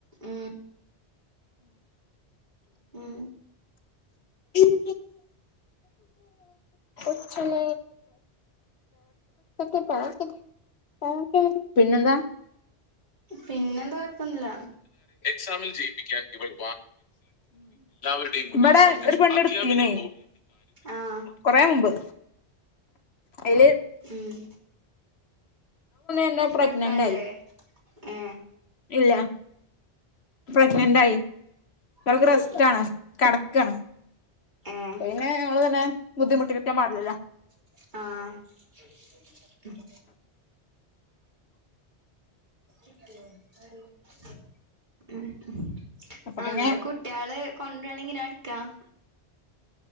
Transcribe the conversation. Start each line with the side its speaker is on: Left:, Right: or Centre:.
Right: ഉം ഉം
Left: ഉം കൊച്ചല്ല <inaudible> പിന്നെന്താ
Right: പിന്നെന്താ കൊഴപ്പൊന്നില്ല
Left: സാമിൽ ജയിപ്പിക്കാൻ ഇവടെ ഒരു
Right: ഉം
Left: പെണ്ണ് ഇട്ത്തീന്
Right: ആഹ്
Left: കൊറെ മുമ്പ് അയ്ല്
Right: ഉം
Left: എന്താ
Right: ഇപ്പ
Left: പ്രഗ്നന്റ്
Right: എടുക്കാല്ലേ
Left: ആയി
Right: ഏ
Left: ഇല്ല പ്രഗ്നന്റ് ആയി അവൾക്ക്
Right: ആഹ്
Left: റെസ്റ്റ് ആണ് കടക്കാണ്
Right: ഏഹ്
Left: പിന്നെ ഞമ്മള് തന്നെ ബുദ്ധിമുട്ടിക്കാൻ പാടില്ലല്ലോ
Right: ആഹ് ഉം
Left: അപ്പ
Right: ആഹ്
Left: പിന്നെ
Right: ഇങ്ങള് കുട്ടികള് കൊണ്ടുവരാണെങ്കി ഞാൻ എടുക്കാം